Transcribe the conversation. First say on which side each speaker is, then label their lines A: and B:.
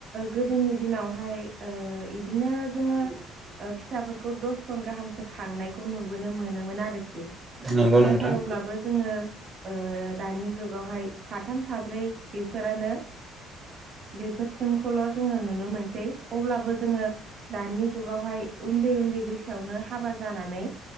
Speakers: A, on the right; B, on the right.
A: गोदोनि दिनावहाय ओ बिदिनो जों
B: <inaudible>
A: फिसाफोरखौ दस जन गाहामसो खांनायखौ नुबोनो मोनोमोन आरोखि।
B: नंगौ
A: नाथाय
B: नोंथां
A: अब्लाबो जोङो ओ दानि जुगावहाय साथाम साब्रै बेफोरानो बेफोरसिमखौल' जोङो नुनो मोनसै। अब्लाबो जोङो दानि जुगावहाय उन्दै उन्दै बैसोआवनो हाबा जानानै